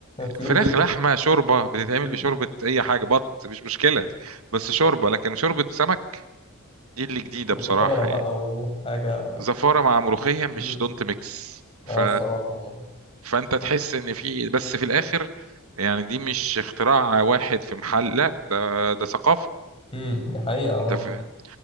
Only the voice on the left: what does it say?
طيور
بيض
امم
زفارة بقى
وحاجة
مم.
اه
الصراحة يعني
امم دي حقيقة اه